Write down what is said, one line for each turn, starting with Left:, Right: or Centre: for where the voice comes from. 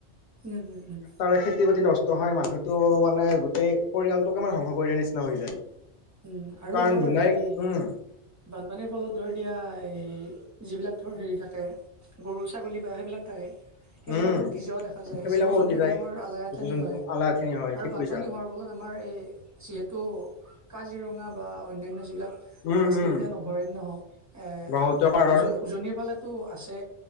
Right: উম', উম', উম'।
Left: তাৰে খেতি-বাতি নষ্ট হয় মানুহতটো মানে গোটেই পৰিয়ালটোকে মানে ধ্বংস কৰি দিয়াৰ নিচিনা হৈ যায়।
Right: উম, আৰু
Left: কাৰণ
Right: ধৰ
Left: দুনাই
Right: হেৰি
Left: উম
Right: বানপানীৰ ফলত ধৰি এতিয়া এই যিবিলাক ধৰ হেৰি থাকে। গৰু-ছাগলী বা সেইবিলাক থাকে। সেইবিলাকো
Left: উম
Right: উটি যোৱা দেখা যায়।
Left: সেইবিলাকো
Right: জীৱ-জন্তুবিলাকৰ
Left: উটি যায়।
Right: আলাই আথানি
Left: জীৱ জন্তু
Right: হয়
Left: আলাহখিনি হয়
Right: আৰু
Left: ঠিক
Right: বানপানী
Left: কৈছা
Right: হোৱাৰ ফলত আমাৰ এই যিহেতু কাজিৰঙা বা অন্যান্য যিবিলাক
Left: উম
Right: ৰাষ্ট্ৰীয়
Left: উম
Right: উদ্যান অভয়াৰণ্য হওঁক এ
Left: ব্ৰহ্মপুত্ৰ পাৰৰ
Right: উজ-উজনিৰ ফালেতো আছে